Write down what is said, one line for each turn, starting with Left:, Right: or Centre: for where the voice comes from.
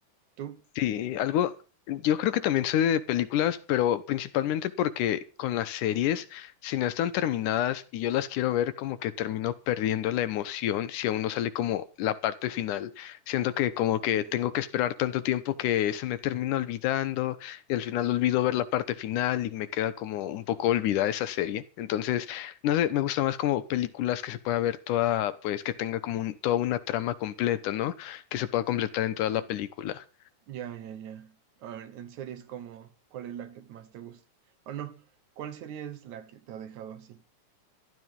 Right: ¿Tú?
Left: Sí, algo, yo creo que también sé de películas, pero principalmente porque con las series, si no están terminadas y yo las quiero ver, como que termino perdiendo la emoción si aún no sale como la parte final. Siento que como que
Right: Ya.
Left: tengo que esperar tanto tiempo que se me termina olvidando y al final olvido ver la parte final y me queda como un poco olvidada esa serie. Entonces, no sé, me gusta más como películas que se pueda ver toda, pues que tenga como un- toda una trama completa, ¿no? Que se pueda completar en toda la película.
Right: Ya, ya, ya. A ver, en series como, ¿cuál es la que más te gusta? O no, ¿cuál serie es la que te ha dejado así?